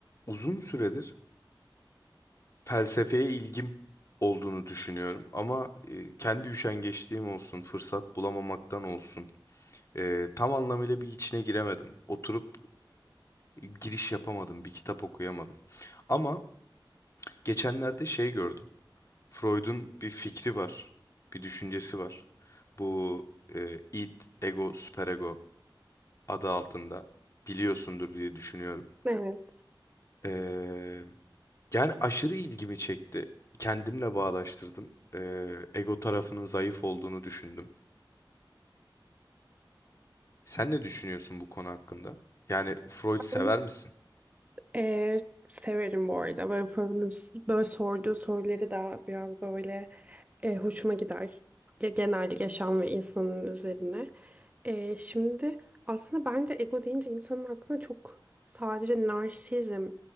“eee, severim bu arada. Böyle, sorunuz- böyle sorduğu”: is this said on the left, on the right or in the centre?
Right